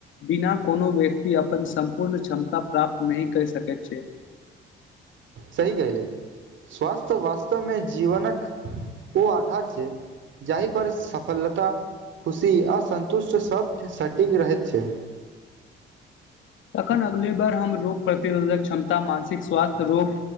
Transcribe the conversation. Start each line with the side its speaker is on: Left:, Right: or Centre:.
Left: बिना कोनो व्यक्ति अपन सम्पूर्ण क्षमता प्राप्त नहि क सकैत छै <inaudible>
Right: सही कहिले स्वस्थ वास्तवमे जीवनक ओ आधार छै जहि पर सफलता खुशी असन्तुष्ट सभ सटीक रहैत छै
Left: तखन अगले बार हम रोग प्रतिरोधक क्षमता मानसिक स्वास्थ्य रोग